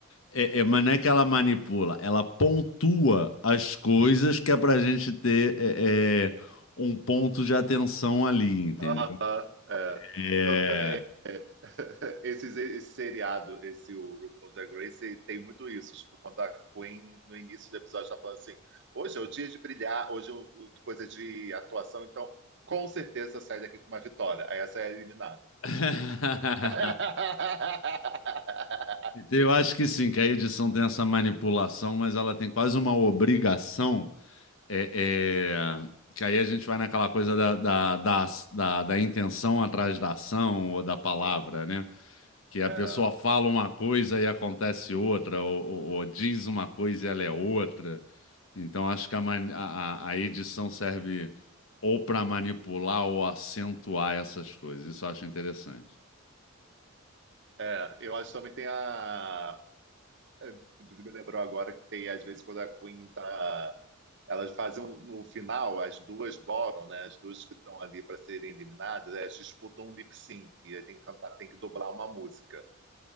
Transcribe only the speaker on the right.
Ah, é.
Não, tá- é, <laughs> Esse, esse seriado, esse o RuPaul's Drag Race, tem muito isso. Tipo, quando a Queen, no início do episódio, tá falando assim: hoje é o dia de brilhar, hoje é o- o- coisa de atuação, então com certeza eu saio daqui com uma vitória. Aí essa é eliminada.
<laughs>
É,
é, eu acho que também tem a. é, Inclusive, me lembrou agora que tem, às vezes, quando a Queen tá elas fazem um- no final, as duas bottom, né? As duas que estão ali para serem eliminadas, elas disputam um lip sync e tem que cantar, tem que dobrar uma música.